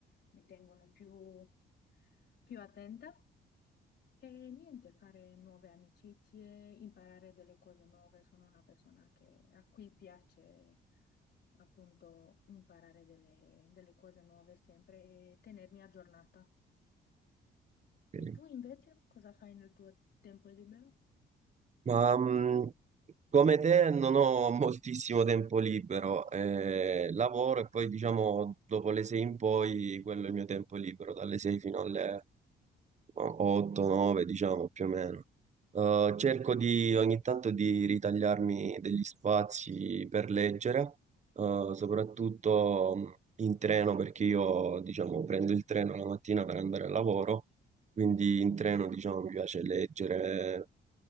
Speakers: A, on the left; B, on the right.
A: mi tengono più più attenta. E niente, fare nuove amicizie, imparare delle cose nuove. Sono una persona che, a cui piace appunto imparare delle, delle cose nuove sempre e tenermi aggiornata.
B: Ok.
A: E tu invece cosa fai nel tuo tempo libero?
B: Ma mm, come te non ho <laughs> moltissimo tempo libero, eh, lavoro e poi diciamo dopo le sei in poi quello è il mio tempo libero, dalle sei fino alle 8, 9, diciamo più o meno. Eh, cerco di ogni tanto di ritagliarmi degli spazi per leggere, eh, soprattutto mh, in treno, perché io, diciamo, prendo il treno la mattina per andare al lavoro, quindi in treno, diciamo, mi piace leggere